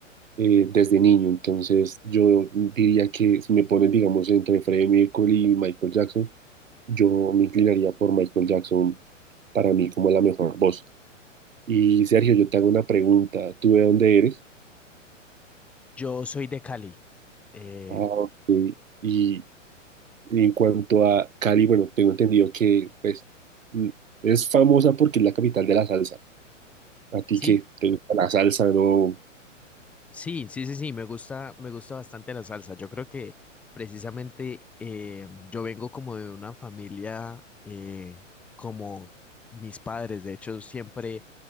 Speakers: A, on the right; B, in the centre.
A: eh, desde niño. Entonces, yo diría que si me pones, digamos, entre Freddie Mercury y Michael Jackson, yo me inclinaría por Michael Jackson para mí como la mejor voz. Y Sergio, yo te hago una pregunta. ¿Tú de dónde eres?
B: Yo soy de Cali. Eh,
A: Ah, ok. Y, y en cuanto a Cali, bueno, tengo entendido que pues l- es famosa porque es la capital de la salsa. ¿A ti
B: sí,
A: qué? ¿Te gusta la salsa, no?
B: sí, sí, sí, sí, me gusta, me gusta bastante la salsa. Yo creo que precisamente eh, yo vengo como de una familia, eh, como mis padres, de hecho, siempre